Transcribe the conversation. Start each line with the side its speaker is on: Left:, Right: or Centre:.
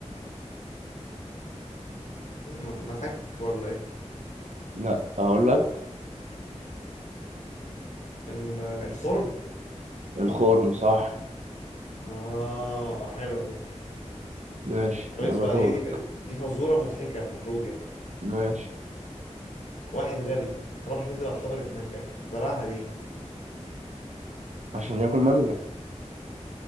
Left: ايه م- مفك ولا ايه
Right: لا أقول لك
Left: ال- الخرم
Right: الخرم صح
Left: اه حلوة دي
Right: ماشي
Left: طب
Right: يلا
Left: اسمع
Right: دور
Left: دي دي دي فزورة مضحكة المفروض يعني
Right: ماشي
Left: واحد غبي راح يزرع شجرة مانجا زرعها ليه؟
Right: عشان ياكل مانجا